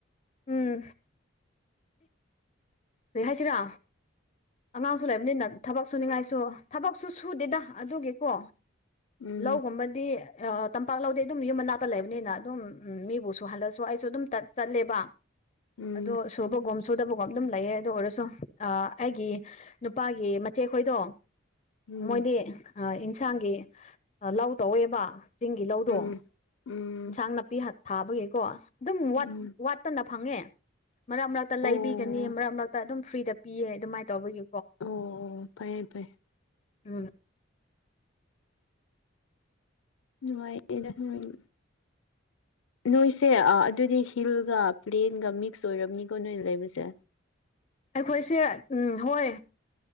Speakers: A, on the left; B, on the left.
A: ꯎꯝ ꯀꯔꯤꯍꯥꯏꯁꯤꯔ ꯑꯉꯥꯡꯁꯨ ꯂꯩꯕꯅꯤꯅ ꯊꯕꯛ ꯁꯨꯅꯤꯡꯉꯥꯏꯁꯨ ꯊꯕꯛꯁꯨ ꯁꯨꯗꯦꯗ ꯑꯗꯨꯒꯤꯀꯣ
B: ꯎꯝ
A: ꯂꯧꯒꯨꯝꯕꯗꯤ ꯑ ꯇꯝꯄꯥꯛ ꯂꯧꯗꯤ ꯑꯗꯨꯝ ꯌꯨꯝ ꯃꯅꯥꯛꯇ ꯂꯩꯕꯅꯤꯅ ꯑꯗꯨꯝ ꯎꯝ ꯃꯤꯕꯨꯁꯨ ꯍꯜꯂꯛꯁꯨ ꯑꯩꯁꯨ ꯑꯗꯨꯝ ꯆꯠꯂꯦꯕ
B: ꯎꯝ
A: ꯑꯗꯣ ꯁꯨꯕꯒꯨꯝ ꯁꯨꯗꯕꯒꯨꯝ ꯑꯗꯨꯝ ꯂꯩꯌꯦ ꯑꯗꯨ ꯑꯣꯏꯔꯁꯨ ꯑ ꯑꯩꯒꯤ ꯅꯨꯄꯥꯒꯤ ꯃꯆꯦꯈꯣꯏꯗꯣ
B: ꯎꯝ
A: ꯃꯣꯏꯗꯤ ꯑ ꯏꯟꯁꯥꯡꯒꯤ ꯂꯧ ꯇꯧꯋꯦꯕ ꯆꯤꯡꯒꯤ ꯂꯧꯗꯣ
B: ꯎꯝ ꯎꯝ
A: ꯑꯦꯟꯁꯥꯡ ꯅꯥꯄꯤ ꯊꯥꯕꯒꯤꯀꯣ ꯑꯗꯨꯝ ꯋꯥꯠ
B: ꯎꯝ
A: ꯋꯥꯠꯇꯅ ꯐꯪꯉꯦ ꯃꯔꯛ ꯃꯔꯛꯇ ꯂꯩꯕꯤꯒꯅꯤ
B: ꯑꯣ ꯑꯣ
A: ꯃꯔꯛ ꯃꯔꯛꯇ ꯑꯗꯨꯝ ꯐ꯭ꯔꯤꯗ ꯄꯤꯌꯦ ꯑꯗꯨꯃꯥꯏꯅ ꯇꯧꯕꯒꯤ
B: ꯑꯣ ꯑꯣ ꯐꯩꯌꯦ ꯐꯩꯌꯦ
A: ꯎꯝ
B: ꯅꯨꯡꯉꯥꯏꯌꯦꯗ ꯅꯣꯏꯑꯅꯤ ꯅꯣꯏꯁꯦ ꯑꯥ ꯑꯗꯨꯗꯤ ꯍꯤꯜꯒ ꯄ꯭ꯂꯦꯟꯒ ꯃꯤꯛꯁ ꯑꯣꯏꯔꯝꯅꯤꯀꯣ ꯅꯣꯏ ꯂꯩꯕꯁꯦ
A: ꯑꯩꯈꯣꯏꯁꯦ ꯎꯝ ꯍꯣꯏ